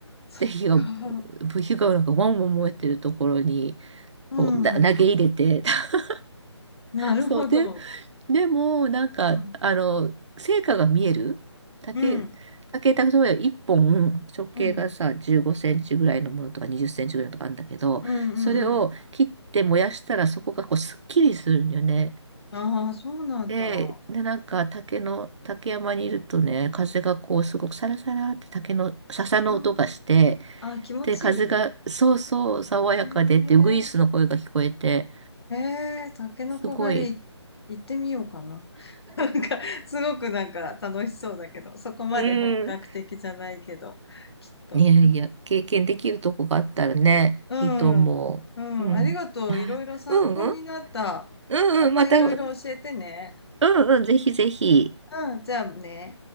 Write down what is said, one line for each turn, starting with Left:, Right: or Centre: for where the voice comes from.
Left: そっか。
Right: で、火が、火がなんかワンワン燃えてるところに、
Left: うん。
Right: こう、だ投げ入れて、<laughs>
Left: なるほど。
Right: そうで、でも、なんか、
Left: うん、
Right: あの、成果が見える竹、
Left: うん、
Right: 竹、例えば1本、直径がさ、
Left: うん、
Right: 15センチぐらいのものとか20センチぐらいのとかあるんだけど、
Left: うん、うんうん。
Right: それを切って燃やしたら、そこがこう、すっきりするんよね。
Left: ああー、そうなんだ。
Right: で、で、なんか竹の、竹山にいるとね、風がこうすごくサラサラって竹の笹の音がして、
Left: うん。ああ、気持ちいいね。
Right: で、風がそうそう爽やかでってウグイスの声が聞こえて、
Left: へえ、へえ、タケノコ狩り行ってみようかな。
Right: すごい、
Left: <laughs> なんか、すごくなんか楽しそうだけど、そこまで本格的じゃないけど、
Right: うん。
Left: きっと。
Right: <laughs> いやいや、経験できるとこがあったらね、
Left: うん。
Right: いいと思う。
Left: うん。
Right: うん。
Left: ありがとう。
Right: あ、
Left: いろいろ参考になった。
Right: うんうん。うんうん。
Left: またいろいろ教えてね。
Right: また、うんうん。ぜひぜひ。
Left: うん。じゃあね。